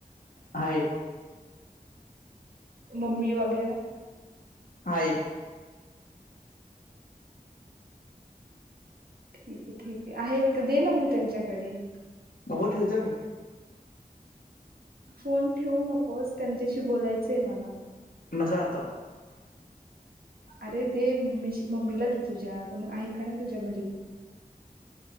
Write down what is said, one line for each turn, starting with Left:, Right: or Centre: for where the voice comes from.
Left: आहे.
Right: मम्मी वगैरे.
Left: आहे.
Right: ठीक आहे ठीक आहे आहेत का दे ना मग त्यांच्याकडे.
Left: नको ठेवतो मी.
Right: फोन ठेवू नकोस त्यांच्याशी बोलायचंय मला.
Left: <unintelligible>
Right: अरे दे मम्मी मम्मीला दे तुझ्या कोण आहे का नाही तुझ्या घरी.